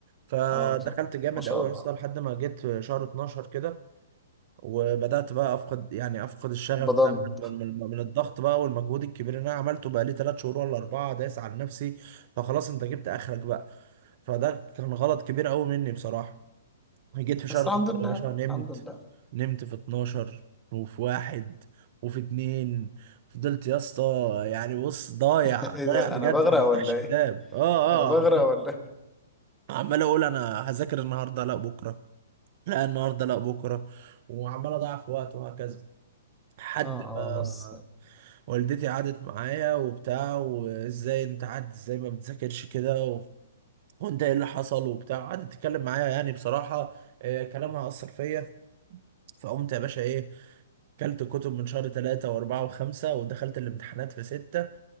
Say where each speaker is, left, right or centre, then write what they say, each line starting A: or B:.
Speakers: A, on the right; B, in the centre.
A: فدخلت
B: اه إن شاء الله.
A: جامد
B: ما شاء
A: قوي
B: الله
A: اصلا لحد ما جيت شهر 12 كده وبدأت بقى أفقد يعني أفقد الشغف
B: بضنت
A: بقى من, من, من الضغط بقى والمجهود الكبير اللي أنا عملته بقى لي تلات شهور ولا أربعة دايس على نفسي فخلاص أنت جبت آخرك بقى فده كان غلط كبير أوي مني بصراحة
B: <laughs>
A: جيت في شهر
B: بس
A: 12
B: الحمد لله
A: يا باشا نمت
B: الحمد لله
A: نمت في 12 وفي واحد وفي اتنين فضلت يا اسطى يعني بص ضايع
B: <laughs> ايه
A: ضايع
B: ده
A: بجد
B: انا بغرق
A: ما بفتحش
B: ولا ايه
A: كتاب اه
B: انا بغرق
A: اه عمال
B: ولا ايه
A: عمال اقول انا هذاكر النهارده لا بكره لا النهارده لا بكره وعمال اضيع في وقت وهكذا
B: <laughs>
A: حد
B: اه
A: ما
B: اه بس
A: والدتي قعدت معايا وبتاع وازاي انت قعدت ازاي ما بتذاكرش كده و... وانت ايه اللي حصل وبتاع قعدت تتكلم معايا يعني بصراحة آه، كلامها أثر فيا فقمت يا باشا ايه كلت كتب من شهر ثلاثة وأربعة وخمسة ودخلت الامتحانات في ستة